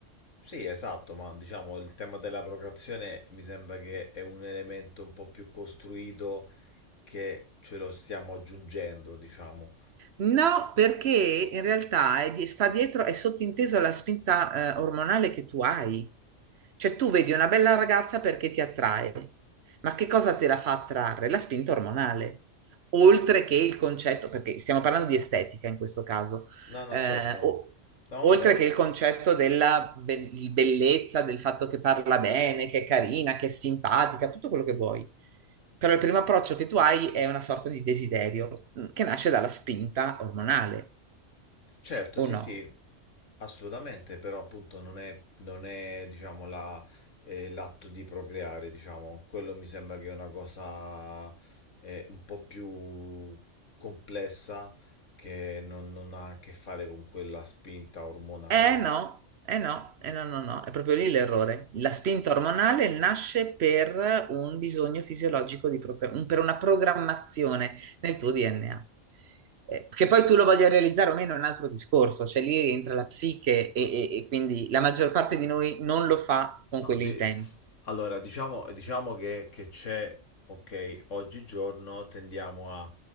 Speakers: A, on the left; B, on the right.
A: Sì, esatto, ma diciamo il tema della procreazione mi sembra che è un elemento un po' più costruito che ce lo stiamo aggiungendo, diciamo.
B: No, perché in realtà è di- sta dietro, è sottinteso la spinta, eh, ormonale che tu hai. Cioè tu vedi una bella ragazza perché ti attrae, ma che cosa te la fa attrarre? La spinta ormonale, oltre che il concetto, perché stiamo parlando di estetica in questo caso,
A: No, no,
B: eh,
A: certo.
B: o-
A: No, vabbè,
B: oltre che il concetto della be- di bellezza, del fatto che parla bene, che è carina, che è simpatica, tutto quello che vuoi. Però il primo approccio che tu hai è una sorta di desiderio mm, che nasce dalla spinta ormonale,
A: certo,
B: o
A: sì,
B: no?
A: sì, assolutamente, però appunto non è, non è diciamo, la- eh, l'atto di procreare, diciamo. Quello mi sembra che è una cosa eh, un po' più complessa che non non ha a che fare con quella spinta ormonale.
B: Eh no, eh no, eh no, no, no, è proprio lì l'errore. La spinta ormonale nasce per un bisogno fisiologico, di propria- un- per una programmazione nel tuo DNA. Eh, che poi tu lo voglia realizzare o meno è un altro discorso, cioè lì rientra la psiche e, e- e quindi la maggior parte di noi non lo fa con
A: No,
B: quell'intento.
A: di- allora diciamo, diciamo che, che c'è, ok, oggigiorno tendiamo a